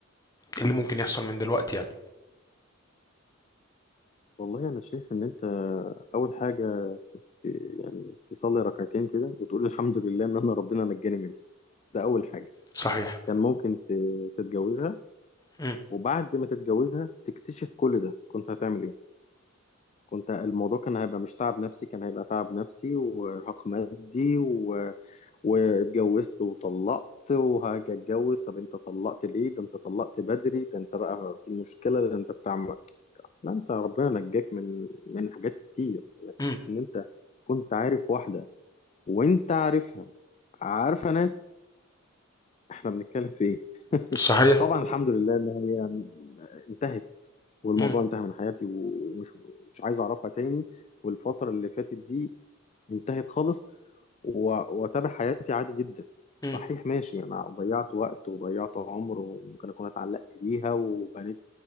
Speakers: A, on the left; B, on the left.
A: اللي ممكن يحصل من دلوقتي يعني
B: والله انا شايف ان انت اول حاجه ت- يعني تصلي ركعتين كده وتقول الحمد لله ان انا ربنا نجاني منها ده اول حاجه
A: صحيح
B: كان ممكن ت- تتجوزها
A: امم
B: وبعد ما تتجوزها تكتشف كل ده كنت هتعمل ايه كنت الموضوع كان هيبقى مش تعب نفسي كان هيبقى تعب نفسي وارهاق مادي واتجوزت وطلقت وهاجي اتجوز طب انت طلقت ليه ده انت طلقت بدري ده انت بقى في مشكلة ده انت بتعمل لا انت ربنا نجاك من من حاجات كتير يعني قصة
A: امم
B: ان انت كنت عارف واحدة وانت عارفها عارفة ناس احنا بنتكلم في ايه <laughs>
A: صحيح
B: طبعا الحمد لله ان هي انتهت والموضوع
A: إمم،
B: انتهى من حياتي ومش مش عايز اعرفها تاني والفترة اللي فاتت دي انتهت خالص و- واتابع حياتي عادي جدا صحيح
A: إمم،
B: ماشي انا ضيعت وقت وضيعت عمر وممكن اكون اتعلقت بيها وبنيت